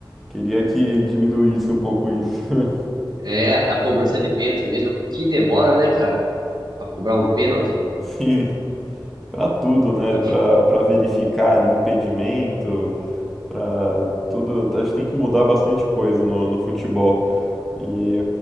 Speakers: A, in the centre; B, on the right (about 55°).
A: Queria que diminuísse um pouco isso. <laughs>
B: É, a cobrança de pênalti mesmo, que demora, né, cara, pra cobrar um pênalti.
A: Sim, pra tudo, né?
B: E,
A: Pra, pra verificar ali impedimento, pra tudo. Acho que tem que mudar bastante coisa no, no futebol. E,